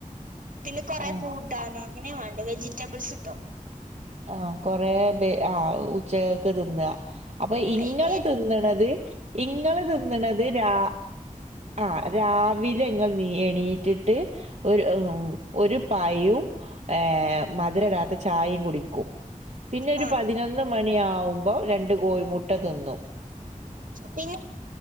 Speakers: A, on the right (about 80°); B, on the right (about 55°).
A: പിന്നെ കൊറേ
B: ആഹ്
A: കൂട്ടാനും അങ്ങനേ വേണ്ടേ വെജിറ്റബിൾസ് ഇട്ടോ
B: ആഹ് കൊറേ പേ ആ ഉച്ചകക്ക് തിന്ന അപ്പൊ ഇങ്ങള്
A: ഈ കേരി
B: തിന്നണത് ഇങ്ങള് തിന്നണത് രാ ആ രാവിലെ ഇങ്ങൾ എ എണീറ്റിട്ട് ഒരു ഒരു പായോം ഏഹ് മധുര ഇടാത്ത ചായയും കുടിക്കും പിന്നെ ഒരു
A: ആ
B: പതിനൊന്ന് മണിയാവുമ്പോ രണ്ടു കോഴി മുട്ട തിന്നു
A: പിന്നെ